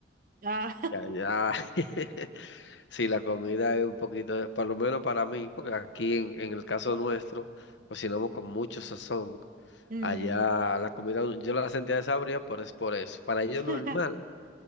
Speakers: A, on the right (about 50°); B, on the left (about 80°).
A: Ah,
B: Ya, ya. <laughs> Sí, la comida es un poquito, por lo menos para mí, porque aquí en, en el caso nuestro, cocinamos con mucho sazón.
A: <laughs> mm,
B: Allá la comida yo la sentía desabrida, pero es por eso. Para ellos
A: <laughs>
B: normal,